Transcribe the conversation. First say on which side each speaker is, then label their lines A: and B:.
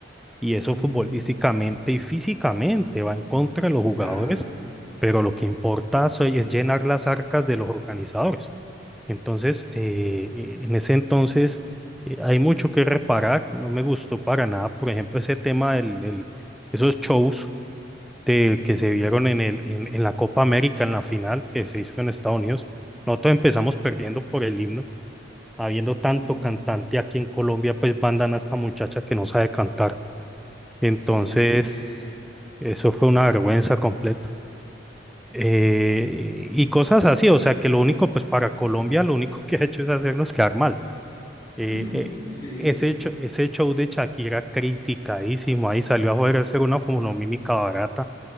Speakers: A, in the centre; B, on the left.
A: Y eso
B: Ujú,
A: futbolísticamente y físicamente va en contra de los jugadores,
B: claro.
A: pero lo que importa soy- es llenar las arcas de los organizadores. Entonces, eh, eh, en ese entonces eh, hay mucho que reparar. No me gustó para nada, por ejemplo, ese tema del, del- esos shows de-
B: ujú,
A: que se vieron en el, en, en la Copa América, en la final que se hizo en Estados Unidos. Nosotros empezamos perdiendo por el himno, habiendo tanto
B: ujú.
A: cantante aquí en Colombia, pues mandan a esta muchacha que no sabe cantar entonces,
B: Sí, eso fue.
A: eso fue una vergüenza completa. Eh, y cosas así, o sea que lo único, pues para Colombia lo único <laughs> que ha hecho es hacernos quedar mal.
B: <laughs>
A: Eh, eh,
B: Sí.
A: ese hecho, ese show de Shakira criticadísimo, ahí salió a joder a hacer una fonomímica barata